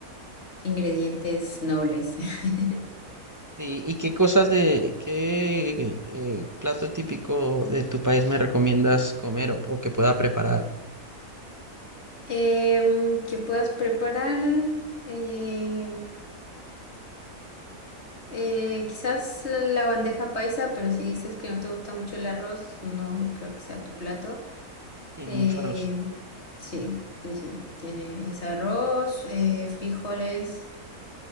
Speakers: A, on the left; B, on the right.
A: ingredientes nobles. <laughs>
B: Sí, ¿y qué cosas de, qué eh, plato típico de tu país me recomiendas comer o, o que pueda preparar?
A: Em, que puedas preparar em, eh, quizás la, la bandeja paisa, pero si dices que no te gusta mucho el arroz, no creo que sea tu plato.
B: Tiene
A: Em,
B: mucho arroz.
A: sí, sí, sí. Tiene ese arroz, eh, frijoles.